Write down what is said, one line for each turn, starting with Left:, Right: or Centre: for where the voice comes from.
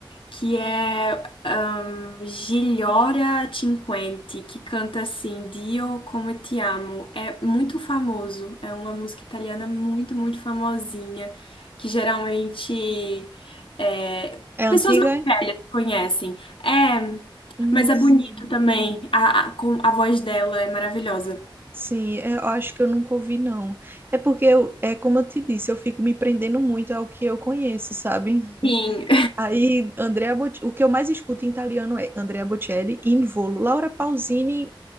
Left: que é ahn, Gigliora Cinquenti, que canta assim, Dio come te amo. É muito famoso, é uma música italiana muito, muito famosinha, que geralmente é,
Right: É
Left: pessoas
Right: antiga?
Left: mais
Right: é?
Left: velhas conhecem. É,
Right: Não
Left: mas é
Right: sei.
Left: bonito também, a, a, com- a voz dela é maravilhosa.
Right: Sim, é, eu acho que eu nunca ouvi não. É porque eu, é como eu te disse, eu fico me prendendo muito ao que eu conheço, sabe?
Left: Sim.
Right: Aí Andrea Bot... o que eu mais escuto em italiano é Andrea Bocelli, Involo, Laura Pausini,